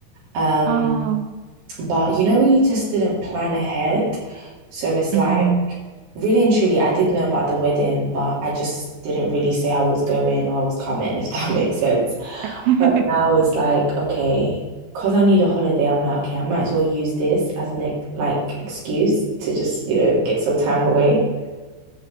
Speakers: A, on the right; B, on the right.
A: Um,
B: Oh.
A: but you know when you just didn't plan ahead, so it's
B: mhm.
A: like really and truly, I did know about the wedding, but I just didn't really say I was going or I was coming, if that <laughs> makes sense.
B: <laughs>
A: But now it's like, okay, because I need a holiday, I'm like, okay, I might as well use this as an ex- like excuse to just, you know, get some time away.